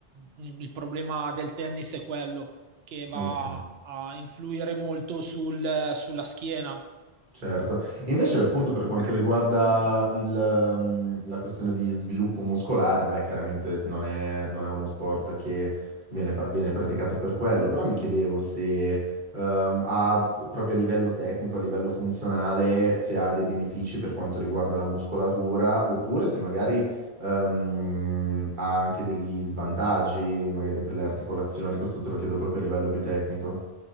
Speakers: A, on the right; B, on the right.
A: mh, il problema del tennis è quello che va
B: Ok,
A: a influire molto sul- sulla schiena.
B: certo. Invece, appunto,
A: <clears throat>
B: per quanto riguarda
A: <laughs>
B: il, ehm, la questione di sviluppo muscolare, beh, chiaramente non è, non è uno sport che viene, fa- viene praticato per quello, però mi chiedevo se, ehm, ha, proprio a livello tecnico, a livello funzionale, se ha dei benefici per quanto riguarda la muscolatura, oppure se magari, ehm, ha anche degli svantaggi, magari per le articolazioni. Questo te lo chiedo proprio a livello più tecnico.